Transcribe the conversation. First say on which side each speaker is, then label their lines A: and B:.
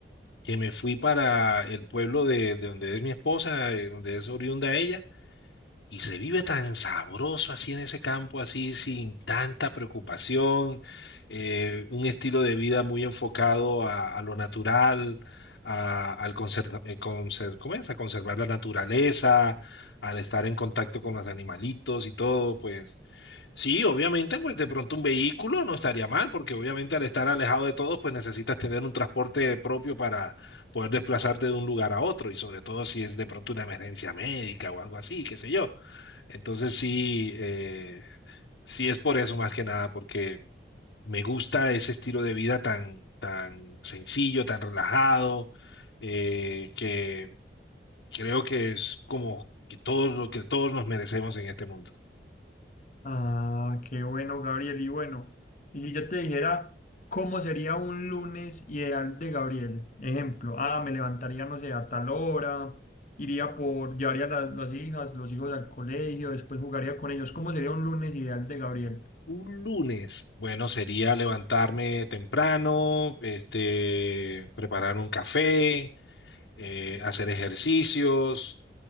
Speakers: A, on the left (about 85°); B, on the left (about 45°).
A: que me fui para el pueblo de, de donde es mi esposa, eh, donde es oriunda ella. Y se vive tan sabroso así en ese campo, así sin tanta preocupación, eh, un estilo de vida muy enfocado a, a lo natural, a, al conserva- eh, conser- ¿cómo es? A conservar la naturaleza, al estar en contacto con los animalitos y todo, pues sí, obviamente, pues de pronto un vehículo no estaría mal, porque obviamente al estar alejado de todos, pues necesitas tener un transporte propio para poder desplazarte de un lugar a otro, y sobre todo si es de pronto una emergencia médica o algo así, qué sé yo. Entonces sí, eh, sí es por eso más que nada, porque me gusta ese estilo de vida tan, tan sencillo, tan relajado, eh, que creo que es como que todos lo que todos nos merecemos en este mundo.
B: Ah, qué bueno, Gabriel. Y bueno, y si yo te dijera cómo sería un lunes ideal de Gabriel, ejemplo, ah, me levantaría, no sé, a tal hora, iría por, llevaría la- las hijas, los hijos al colegio, después jugaría con ellos. ¿Cómo sería un lunes ideal de Gabriel?
A: Un lunes, bueno, sería levantarme temprano, este, preparar un café, eh, hacer ejercicios,